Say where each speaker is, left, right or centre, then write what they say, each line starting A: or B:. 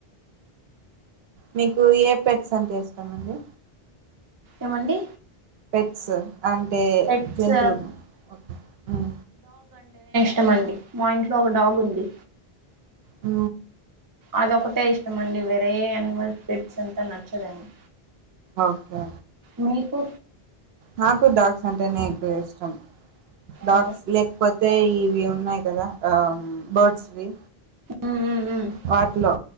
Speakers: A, on the right; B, on the right.
A: మీకు ఏ పెట్స్ అంటే ఇష్టమండి
B: ఏమండి
A: పెట్స్ అంటే
B: పెట్స్
A: జంతువులు ఓకే ఉ
B: ఇష్టమండి మా ఇంట్లో ఒక డాగ్ ఉంది
A: ఊ
B: అదొకటే ఇష్టమండి వేరేే అనిమల్ పెట్స్ అంతా నచ్చదండి
A: ఓకే
B: మీకు
A: నాకు డాగ్స్ అంటేనే ఎక్కువ ఇష్టం డాగ్స్
B: ఓ
A: లేకపోత్ తే ఇవి ఉన్నాయి కదా ఆ బర్డస్వి
B: ఉమ్ ఉమ్ ఉమ్
A: వాట్లో